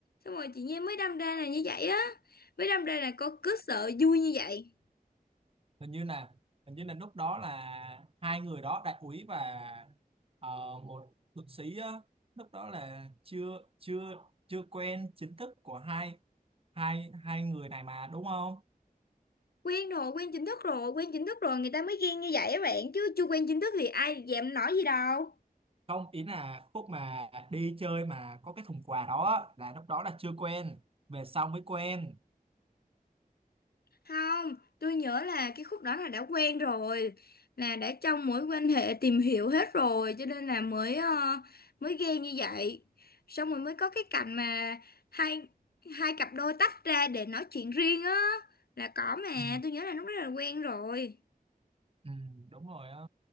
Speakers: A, on the left; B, on the right.
A: xong rồi chị Nhi mới đâm ra là như vậy á mới đâm ra là có cứ sợ vui như vậy
B: hình như là hình như là lúc đó là hai người đó đại úy và ờ, một thượng sĩ á, lúc đó là chưa chưa chưa quen chính thức của hai hai hai người này mà đúng không
A: quen rồi quen chính thức rồi quen chính thức rồi người ta mới ghen như vậy á bạn chứ chưa quen chính thức thì ai dèm nói gì đâu
B: không ý là khúc mà đi chơi mà có cái thùng quà đó á, là lúc đó là chưa quen về sau mới quen
A: Không, tôi nhớ là cái khúc đó là đã quen rồi, là đã trong mối quan hệ tìm hiểu hết rồi, cho nên là mới ờ, mới ghen như vậy. Xong rồi mới có cái cảnh mà hai hai cặp đôi tách ra để nói chuyện riêng á, là có mà,
B: ừ,
A: tôi nhớ là lúc đó là quen rồi.
B: ừ, đúng rồi á